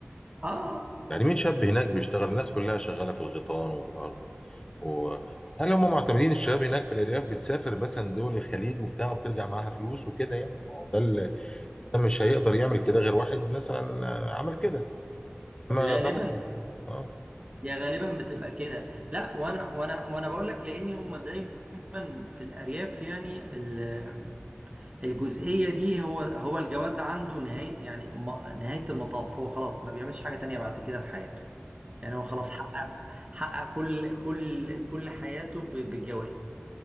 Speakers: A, on the right; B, on the left.
A: اه
B: يعني مين شاب هناك بيشتغل الناس كلها شغالة في الغيطان وفي الأرض و... و- هل هم معتمدين الشباب هناك في الأرياف بتسافر مثلا دول الخليج وبتاع وبترجع معاها فلوس وكده يعني ما هو ده اللي ده مش هيقدر يعمل كده غير واحد مثلا آه، عمل كده ما
A: غالبا
B: ده مو- اه
A: يا غالبا بتبقى كده لا وانا وانا وانا بقول لك لان هم دايما في الارياف يعني ال- الجزئيه دي هو هو الجواز عنده نهايه يعني م- نهايه المطاف هو خلاص ما بيعملش حاجه تانية بعد كده في حياته يعني هو خلاص حقق حقق كل كل كل حياته ب- بالجواز